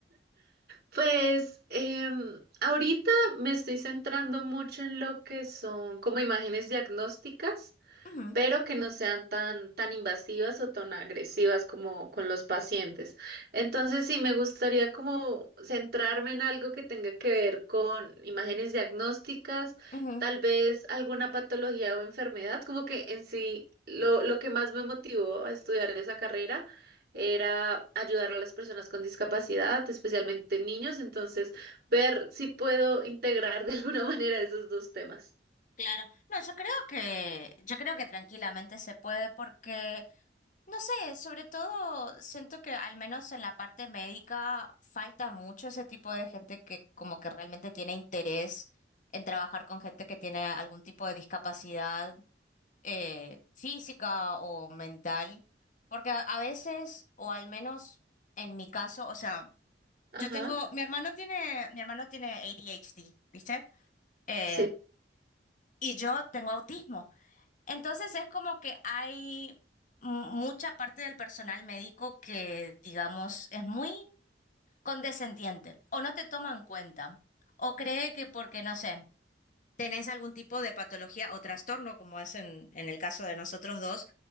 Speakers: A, on the right (about 60°); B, on the left (about 45°).
A: Pues em, ahorita me estoy centrando mucho en lo que son como imágenes diagnósticas.
B: Ujú,
A: pero que no sean tan, tan invasivas o tan agresivas como con los pacientes. Entonces, sí, me gustaría como centrarme en algo que tenga que ver con imágenes diagnósticas,
B: ujú,
A: tal vez alguna patología o enfermedad, como que en sí lo, lo que más me motivó a estudiar esa carrera. era ayudar a las personas con discapacidad, especialmente niños, entonces ver si puedo integrar de <laughs> alguna manera esos dos temas.
B: Claro, no, yo creo que, yo creo que tranquilamente se puede porque No sé, sobre todo siento que al menos en la parte médica falta mucho ese tipo de gente que como que realmente tiene interés en trabajar con gente que tiene algún tipo de discapacidad eh, física o mental, porque a, a veces, o al menos en mi caso, o sea,
A: Ajá,
B: yo tengo, mi hermano tiene, mi hermano tiene ADHD, ¿viste? Eh,
A: sí.
B: y yo tengo autismo. Entonces es como que hay mu- mucha parte del personal médico que, digamos, es muy condescendiente o no te toma en cuenta o cree que porque, no sé, tenés algún tipo de patología o trastorno, como es en, en el caso de nosotros dos,